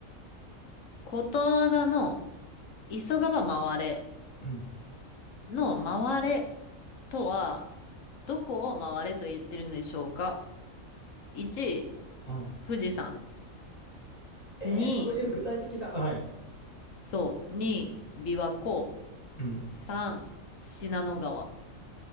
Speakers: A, on the left (about 70°); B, on the left (about 30°).
A: ことわざの急がば回れ
B: うん、
A: の回れとは、どこを回れと言ってるのでしょうか ?1、
B: うん。
A: 富士山。
B: えー、
A: 2、
B: そういう具体的な。はい。
A: そう、2、琵琶湖。
B: うん。
A: 3、信濃川。